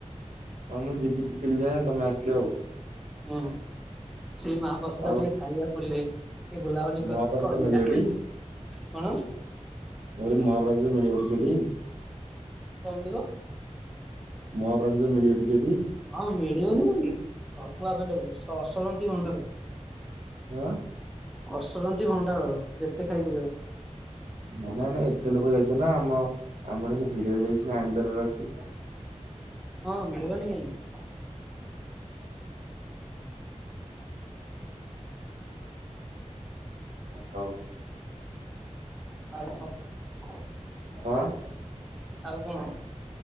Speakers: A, on the right; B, in the centre.
A: ହଁ ମୁଁ ଯିବି ପିପିଲି ଯାଏ, ତମେ ଆସିବ ଆଉ।
B: ହୁଁ, ସେଇ ମହାପ୍ରସାଦ
A: ଆଉ
B: ଟିକେ ଖାଇବା ପୁରୀରେ। ଏ ବୁଲାବୁଲି
A: ମହାପ୍ରସାଦ
B: କ କରିଆ,
A: ମିଳିବ ଟି?
B: କଣ?
A: ମୁଁ କହିଲି ମହାପ୍ରସାଦ ମିଳିବ ଟି ସେଇଠି?
B: କଣ <unintelligible>
A: ମହାପ୍ରସାଦ ମିଳିଅଟି ସେଇଠି?
B: ହଁ ମିଳିବନି କାହିଁକି, ସବୁ ଆଭେଲେବୁଲ୍, ସେ ଅସରନ୍ତି ଭଣ୍ଡାର।
A: ଆଁ
B: ଅସରନ୍ତୀ ଭଣ୍ଡାର ଯେତେ ଖାଇପାରିବ
A: ନାଇଁ ନାଇଁ ନାଇଁ ଏତେ ଲୋକ ଯାଇଥିବେ ନା ଆମ ଆମେ ପଣି ସେ ଭିଡିରେ ଯାଇକି ପୁଣି ଆଣିିବାରାର ଅଛି।
B: ହଁ ମିଳିବନି କାଇହିଁ
A: ହଉ
B: ହଉ ହଉ ହଁ।
A: ହଁ।
B: ଆଉ କଣ